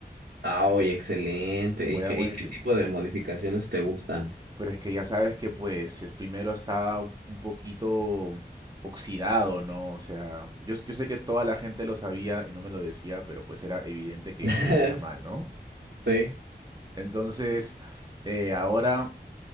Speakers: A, on the right; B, on the right.
A: Ah, oye, excelente.
B: Voy
A: ¿Y qué,
B: a modificar.
A: y qué tipo de modificaciones te gustan?
B: Pero es que ya sabes que pues es- primero estaba un un poquito oxidado, ¿no? O sea, yo, s- yo sé que toda la gente lo sabía y no me lo decía, pero pues era evidente que
A: <laughs>
B: ya se veía mal, ¿no?
A: Sí.
B: Entonces, eh, ahora